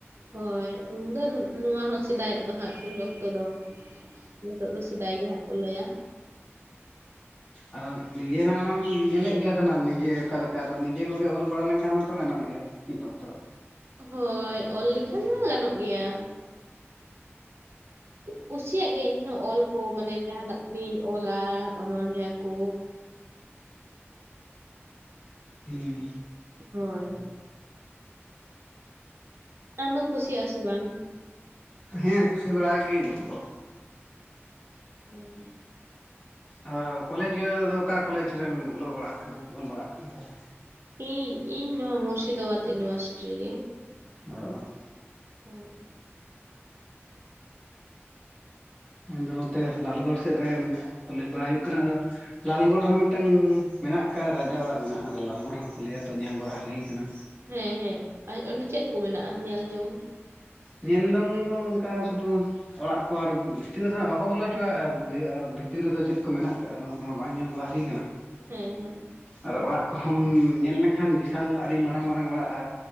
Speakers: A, on the right; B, on the left.
A: ᱦᱳᱭ ᱩᱱᱫᱚ ᱱᱚᱣᱟ ᱦᱚᱸ ᱥᱮᱫᱟᱭᱚᱜ ᱫᱚ ᱦᱟᱸᱜ ᱩᱱ ᱚᱠᱛᱚ ᱫᱚ ᱱᱤᱛᱚᱜ ᱫᱚ ᱥᱮᱫᱟᱭ ᱜᱮ ᱦᱟᱸᱜ ᱠᱚ ᱞᱟᱹᱭᱟ
B: ᱟᱫᱚ ᱱᱤᱡᱮ ᱦᱟᱜ ᱚᱱᱟᱢ ᱧᱮᱞᱮᱫ ᱜᱮᱭᱟ ᱛᱟᱦᱮᱸᱱᱟ ᱱᱤᱡᱮ ᱚᱠᱟᱮ ᱞᱮᱠᱟ ᱟᱫᱚ ᱱᱤᱡᱮ ᱠᱚᱜᱮ ᱚᱞ ᱵᱟᱲᱟ ᱞᱮᱱᱠᱷᱟᱱ ᱦᱚᱸᱛᱚ ᱜᱟᱱᱚᱜ ᱜᱮᱭᱟ ᱢᱤᱫ ᱚᱠᱛᱚ
A: ᱦᱳᱭ ᱚᱞ ᱞᱮᱠᱷᱟᱱ ᱢᱟ ᱜᱟᱱᱚᱜ ᱜᱮᱭᱟ ᱠᱩᱥᱤᱭᱟᱜ ᱜᱮ ᱤᱧ ᱦᱚᱸ ᱚᱞ ᱠᱚ ᱢᱟᱱᱮ ᱡᱟᱦᱟᱱᱟᱜ ᱜᱤᱧ ᱚᱞᱟ ᱚᱱᱚᱞᱤᱭᱟᱹ ᱠᱚ
B: ᱦᱮᱸ
A: ᱦᱳᱭ ᱟᱢ ᱫᱚᱢ ᱠᱩᱥᱤᱭᱟᱜᱼᱟ ᱥᱮ ᱵᱟᱝ
B: ᱦᱮᱸ ᱠᱩᱥᱤ ᱵᱟᱲᱟ ᱟᱜ ᱜᱤᱭᱟᱹ ᱱᱩᱠᱩ
A: ᱦᱩᱸ
B: ᱦᱚ ᱠᱚᱞᱮᱡᱽ ᱤᱭᱟᱹ ᱫᱚ ᱚᱠᱟ ᱠᱚᱞᱮᱡᱽ ᱨᱮᱢ ᱚᱞᱚᱜ ᱵᱟᱲᱟᱜ ᱠᱟᱱᱟ ᱚᱞ ᱵᱟᱲᱟᱜ ᱠᱟᱱᱟ ᱛᱟᱦᱚᱞᱮ
A: ᱤᱧ ᱤᱧ ᱱᱚᱣᱟ ᱢᱩᱨᱥᱤᱫᱟᱵᱟᱫ ᱤᱭᱩᱱᱤᱵᱷᱟᱨᱥᱤᱴᱤ ᱨᱮᱜᱮ
B: ᱚ
A: ᱦᱩᱸ
B: ᱤᱧᱫᱚ ᱱᱚᱛᱮ ᱞᱟᱞᱜᱚᱲ ᱥᱮᱫ ᱨᱮᱱ ᱠᱚᱞᱮᱡᱽ ᱵᱟᱲᱟᱭ ᱦᱩᱭᱩᱜ ᱠᱟᱱᱟ ᱟᱫᱚ ᱞᱟᱞᱜᱚᱲ ᱨᱮᱦᱚᱸ ᱢᱤᱫᱴᱟᱝ ᱢᱮᱱᱟᱜ ᱟᱠᱟᱫ ᱨᱟᱡᱟ ᱚᱲᱟᱜ ᱢᱮᱱᱟᱜ-ᱟ ᱞᱟᱞᱜᱚᱲ ᱨᱮᱦᱚᱸ ᱠᱚ ᱞᱟᱹᱭᱟ ᱛᱚ ᱧᱮᱞ ᱵᱟᱲᱟ ᱦᱩᱭ ᱟᱠᱟᱱᱟ
A: ᱦᱮᱸ ᱦᱮᱸ ᱟᱨ ᱚᱸᱰᱮ ᱪᱮᱫ ᱠᱚ ᱢᱮᱱᱟᱜ-ᱟ ᱧᱮᱞ ᱡᱚᱝ
B: ᱧᱮᱞ ᱡᱚᱝ ᱫᱚ ᱚᱱᱠᱟ ᱥᱩᱫᱩ ᱚᱲᱟᱜ ᱠᱚ ᱟᱨᱠᱤ ᱵᱷᱤᱛᱤᱨ ᱨᱮᱫᱚ ᱱᱟᱦᱟᱜ ᱵᱟᱠᱚ ᱵᱚᱞᱚ ᱚᱪᱚᱣᱟᱜ-ᱟ ᱟᱨ ᱵᱷᱤᱛᱤᱨ ᱨᱮᱫᱚ ᱪᱮᱫ ᱠᱚ ᱢᱮᱱᱟᱜ ᱟᱠᱟᱫᱟ ᱚᱱᱟ ᱠᱚ ᱵᱟᱝ ᱧᱮᱞ ᱵᱟᱲᱟ ᱚᱪᱚᱧ ᱠᱟᱱᱟ
A: ᱦᱮᱸ ᱦᱮᱸ
B: ᱟᱨ ᱚᱲᱟᱜ ᱠᱚᱦᱚᱸᱚᱢ ᱧᱮᱞ ᱞᱮᱱᱠᱷᱟᱱ ᱵᱤᱥᱟᱞ ᱟᱹᱰᱤ ᱢᱟᱨᱟᱝ ᱢᱟᱨᱟᱝ ᱚᱲᱟᱜ-ᱟ